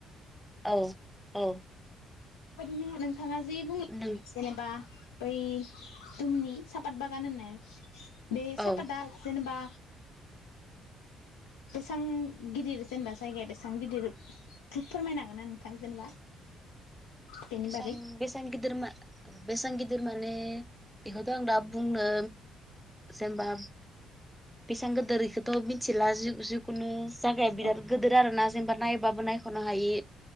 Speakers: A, in the centre; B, on the left (about 80°).
A: औ औ
B: नो नोंथाङा जि बुंलांबाय
A: नों
B: जेनेबा बै दुमनि सापात बागान होननाय बे
A: औ
B: सापाादा जेनेबा
A: <inaudible>
B: बेसेबां गिदिर जेनेबा जायगाया बेसेबां गिदिर फोरमायनो हागोन ना नोंथां जेनेबा बेनि
A: बे
B: बागै
A: बेसां गिदिर बेसेबां गिदिर माने बेखौथ' आं दा बुंनो जेनेबा बेसेबां गोदोरखौथ' मिथिला जिखुनु जायागाया बिराद
B: औ
A: गिदिर आरो ना जेनबा नायबाबो नायख'नो हायि